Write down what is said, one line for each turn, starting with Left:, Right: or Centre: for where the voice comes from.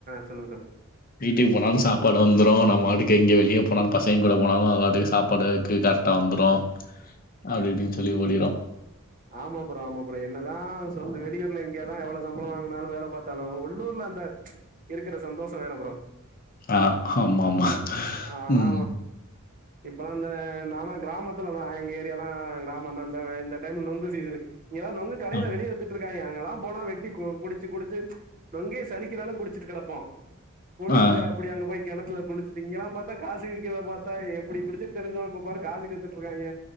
Right: சொல்லுங்க சொல்லுங்க
Left: வீட்டுக்கு போனாலு சாப்பாடு வந்துரு நம்பாட்டுக்கு எங்க வெளிய போனாலு பசேங்க கூட போனாலு அதுபாட்டுக்கு சாப்பாடு வைக்கு கா வந்துரு அப்டி இப்டினு சொல்லி ஓடிரூ
Right: ஆமா ஃப்ரோ‌ ஆமா ஃப்ரோ என்னதா சொந் வெளியூர்ல இங்கதா எவ்ளோ சம்பளோ வாங்குனாலு வேல பாத் தாலு உள்ளூர்ல அந்த இருக்கிற சந்தோஷோ வேற ஃப்ரோ
Left: ஆ ஆமாமா
Right: ஆனா
Left: ம்
Right: இப்பல்லா அந்த நானா கிராமத்துல தா எங்க ஏரியாலா கிராமந்தா இந்தவ இந்த டைம் நொங்கு சீசனு இங்கதா நொங்கு கடையில
Left: அ.
Right: வெளிய வித்திட்டுருக்காங்க அங்கெல்லா போனா வெட்டி கோ குடிச்சு குடிச்சு நொங்கே சலிக்கிற அளவு குடிச்சிட்டு கெடப்போ குளிச்சிட்டு
Left: ஆ.
Right: அப்டி அங்க போய் கெணத்துல குளிச் திங்களா பாத்தா காசுக்கு கீழ பாத்தா எப்டி குடிச்சிட்டு திரிஞ்சோ இப்ப பாரு காசுக்கு வித்திட்டுருக்காங்க